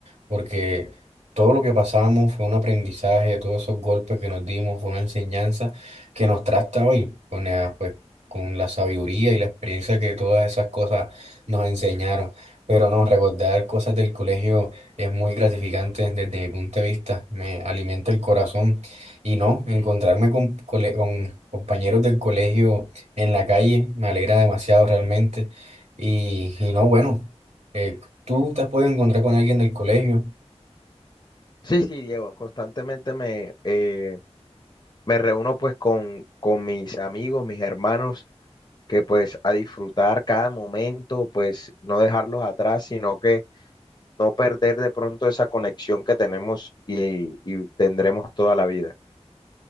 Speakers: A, on the right; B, on the left.
A: porque todo lo que pasamos fue un aprendizaje, todos esos golpes que nos dimos fue una enseñanza que nos trata hoy con la, pues, con la sabiduría y la experiencia que todas esas cosas nos enseñaron. Pero no, recordar cosas del colegio es muy gratificante desde mi punto de vista, me alimenta el corazón. Y no, encontrarme con, cole- con compañeros del colegio en la calle me alegra demasiado realmente. Y, y no, bueno, eh, tú te has podido encontrar con alguien del colegio.
B: Sí, sí, Diego, constantemente me, eh, me reúno pues con, con mis amigos, mis hermanos, que pues a disfrutar cada momento, pues no dejarlos atrás, sino que no perder de pronto esa conexión que tenemos y, y tendremos toda la vida.